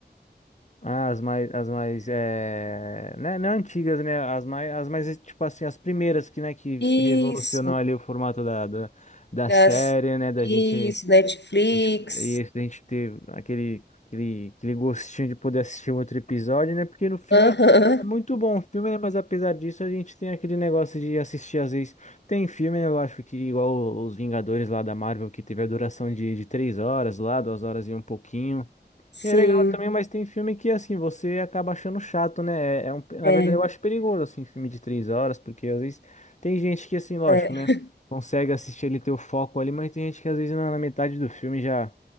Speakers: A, on the left; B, on the left.
A: Ah, as mais, as mais, é... né, não antigas, né, as mais, as mais, tipo assim, as primeiras que, né, que
B: Isso,
A: revolucionou ali o formato da, da, da
B: das,
A: série, né, da
B: isso,
A: gente
B: Netflix.
A: A gente- E a gente ter aquele, aquele, aquele gostinho de poder assistir um outro episódio, né? Porque no filme
B: Aham,
A: é, é muito bom o filme, né? Mas apesar disso, a gente tem aquele negócio de assistir às vezes. Tem filme, né? Eu acho que igual os Vingadores lá da Marvel, que teve a duração de, de três horas lá, duas horas e um pouquinho.
B: <laughs> sim,
A: E é legal também, mas tem filme que, assim, você acaba achando chato, né? É, é um, na
B: é,
A: verdade, eu acho perigoso, assim, filme de três horas, porque às vezes tem gente que, assim, lógico,
B: é,
A: né? Consegue assistir ele ter o foco ali, mas tem gente que às vezes na, na metade do filme já,